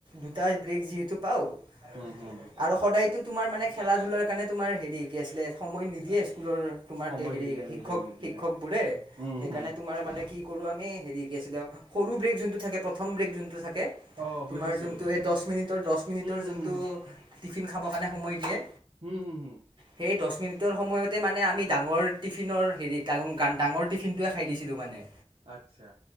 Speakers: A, on the right (about 45°); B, on the right (about 70°).
A: দুটা ব্ৰেক যিহেতু পাওঁ আৰু
B: উম হুম
A: সদায়তো তোমাৰ মানে খেলা-ধূলাৰ কাৰণে তোমাৰ হেৰি কি আছিলে সময় নিদিয়ে স্কুলৰ তোমাৰ
B: সময়
A: হেৰি
B: নিদিয়ে
A: শিক্ষক
B: নিদিয়ে নিদিয়ে
A: শিক্ষকবোৰে।
B: উম
A: সেইকাৰণে
B: হুম
A: তোমাৰ মানে কি কৰোঁ আমি হেৰি কি আছিলে সৰু ব্ৰেক যোনটো থাকে প্ৰথম ব্ৰেক যোনটো থাকে
B: অ
A: তোমাৰ
B: বুজিছো
A: যোনটো এই দহ মিনিটৰ দহ মিনিটৰ
B: হুম হুম
A: যোনটো
B: হুম
A: টিফিন খাবৰ কাৰণে সময় দিয়ে।
B: হুম-হুম-হুম
A: সেই দহ মিনিটৰ সময়তে মানে আমি ডাঙৰ টিফিনৰ হেৰি ডা ডাঙৰ টিফিনটোৱে খাই দিছিলোঁ মানে।
B: আচ্ছা।